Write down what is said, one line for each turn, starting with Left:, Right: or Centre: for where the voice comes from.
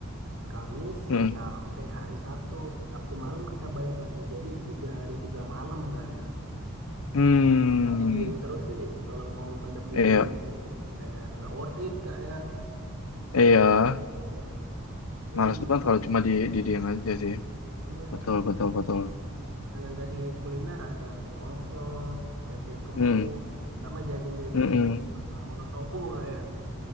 Right: Kamis
Left: Mm.
Right: sampai hari Sabtu. Sabtu malam kita balik lagi. Jadi tiga hari tiga malam kak ya.
Left: Hmm,
Right: Masa di Dieng terus sih kalau mau mendap di
Left: iya,
Right: Dieng kayak nggak worth it kak ya.
Left: iya.
Right: Jadi
Left: Males banget kalau cuma di di dia aja sih.
Right: iya
Left: Betul, betul, betul.
Right: dengan tadi kuliner ada mie ongklok, tempe kemul,
Left: Hmm,
Right: sama jajan-jajanan
Left: mm-mm.
Right: di Pasar Wonosobo kak ya.